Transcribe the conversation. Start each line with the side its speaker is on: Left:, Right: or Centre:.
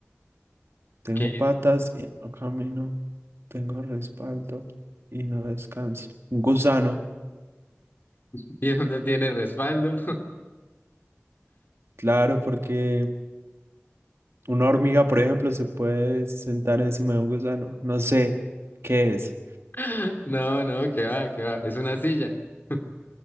Right: Tengo
Left: ¿Qué?
Right: patas y no camino. Tengo respaldo y no descanso. Un gusano,
Left: <laughs> ¿Y dónde tiene respaldo?
Right: claro, porque una hormiga, por ejemplo, se puede sentar encima de un gusano. No sé qué es.
Left: <laughs> No, no, que va, que va, es una silla. <laughs>